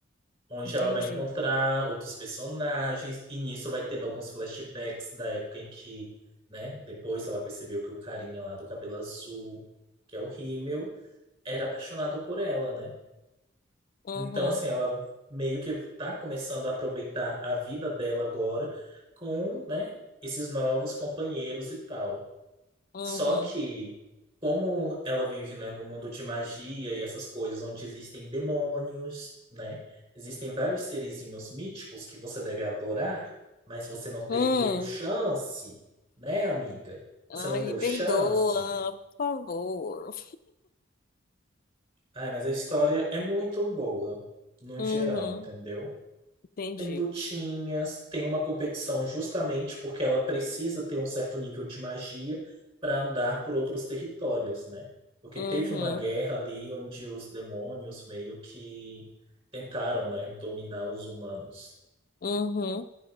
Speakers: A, on the right; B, on the left.
A: onde
B: Entendi.
A: ela vai encontrar outros personagens, e nisso vai tendo alguns flashbacks da época em que, né, depois ela percebeu que o carinha lá do cabelo azul, que é o Himmel, era apaixonado por ela, né?
B: Uhum,
A: Então, assim, ela meio que tá começando a aproveitar a vida dela agora com, né, esses novos companheiros e tal.
B: uhum.
A: Só que, como ela vive, né, no mundo de magia e essas coisas, onde existem demônios, né? Existem vários serizinhos míticos que você deve adorar, mas você não te-
B: Hum.
A: deu chance, né, amiga? Você
B: Ai,
A: não deu
B: me
A: chance.
B: perdoa, por favor.
A: Ai, mas a história é muito boa, no
B: Uhum,
A: geral, entendeu?
B: entendi.
A: Tem lutinhas, tem uma competição justamente porque ela precisa ter um certo nível de magia para andar por outros territórios, né? Porque
B: Uhum,
A: teve uma guerra ali onde os demônios meio que tentaram, né, dominar os humanos.
B: uhum.